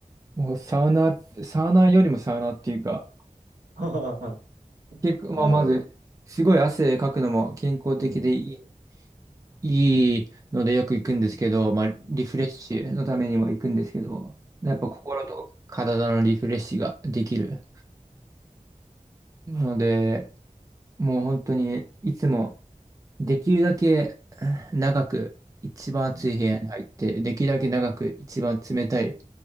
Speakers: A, on the right; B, on the right.
A: もうサウナ、サウナよりもサウナっていうか、
B: <laughs>
A: 結構、
B: なるほど。
A: まあ、まず、すごい汗かくのも健康的でい
B: うん。
A: いいのでよく行くんですけど、まあ、
B: うん。
A: リフレッシュのためにも行くんですけど、
B: うん。
A: やっぱ心と体のリフレッシュができるので、もう本当にいつもできるだけ長く一番暑い部屋に入って、
B: うん。
A: できるだけ長く一番冷たい